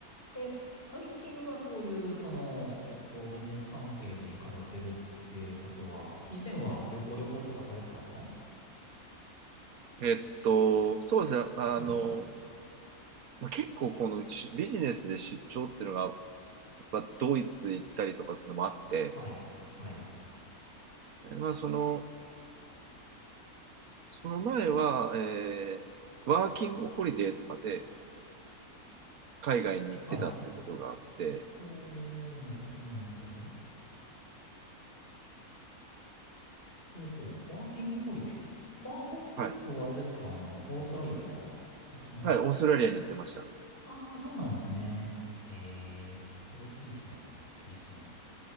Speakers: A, on the left; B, on the right.
A: え、最近はそういう、その、えっと、ビジネス関係で行かれてるっていうことは、以前は旅行旅行とかされてたんですか
B: えっと、そうですね。あの、
A: はい、
B: まあ、結構このしビジネスで出張っていうのがまあ、ドイツ行ったりとかっていうのもあって、
A: はい、はい、
B: えまあ、その、その前は、えーワーキングホリデーとかで海外に行ってたってことがあって、
A: はい。おー、なるほど、なるほど。ほうほう、ワーキングホリデー。ワーホっていうと、
B: はい。
A: あれですか、あの、オーストラリアとかあっちの方
B: はい、オーストラリアに行ってました。
A: ああ、そうなんですね。ええ、すごい、いいっすね。いいっすね。